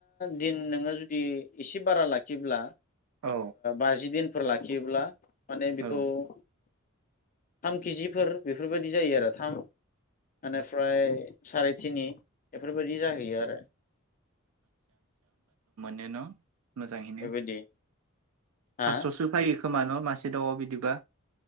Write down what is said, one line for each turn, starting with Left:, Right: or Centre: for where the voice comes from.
Left: दिन नोङो जुदि एसे बारा लाखियोब्ला
Right: औ
Left: बाजिदिन फोर लाखियोब्ला माने बेखौ
Right: औ
Left: थाम केिजिफोर बेफोरबायदि जायो आरो थाम एनिफ्राय सारि तिनि। बेफोरबायाददि जाहैयो आरो।
Right: बेन' मोजाङैनो।
Left: बेबायदि हा
Right: फास्स'सो फायो खोमान' मासे दाउआव बिदिबा?